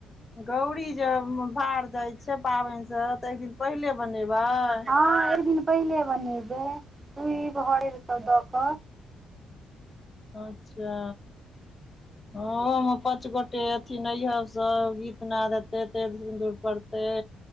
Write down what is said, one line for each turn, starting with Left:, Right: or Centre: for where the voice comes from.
Left: गौरी जे उम भार जाय छैय पाबैन स, त एकदिन पहिले बनेबैय।
Right: हँ एक दिन पहिले बनैबय, दूइब हरैद सब द क।
Left: अच्छा। हॅं ओहो में पाँच गोटे अयथिन अयहब सब, गीतनाद हेतै, तेल सिन्दूर परतै।